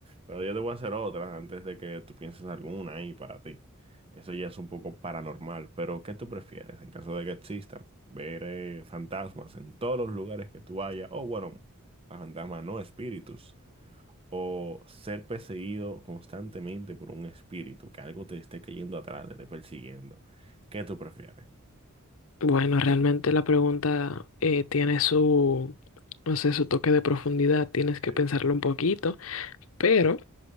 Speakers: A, on the right; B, on the left.
A: Pero yo te voy a hacer otra antes de que tú pienses alguna ahí para ti. Eso ya es un poco paranormal, pero ¿qué tú prefieres en caso de que existan? Ver eh, fantasmas en todos los lugares que tú vayas, o bueno, a fantasmas no, espíritus. o ser perseguido constantemente por un espíritu, que algo te esté cayendo atrás, te esté persiguiendo. ¿Qué tú prefieres?
B: Bueno, realmente la pregunta eh, tiene su, no sé, su toque de profundidad, tienes que
A: Sí,
B: pensarlo
A: sí,
B: un poquito, pero,